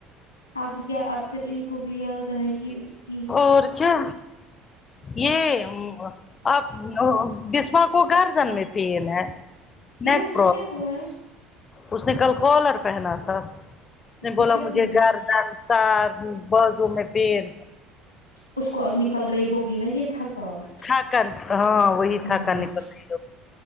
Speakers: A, on the left; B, on the left.
A: اب کیا اب پھر ان کو بھی یاد آئے گی اس کی
B: اور کیا یہ ام اب بسما کو گردن میں پین ہے
A: کیو
B: نیک
A: ں اس کو
B: پرابلم
A: کیا ہوا ہے
B: اس نے کل کالر پہنا تھا اس نے
A: کو
B: بولا
A: کیا
B: مجھے
A: ہوا ہے
B: گھر در سر بازوں میں پین
A: اس کو اب نکل رہی ہوگی نا یہ تھکاوٹ
B: تھاکن ہاں وہی
A: ہاں
B: تھکن نکل رہی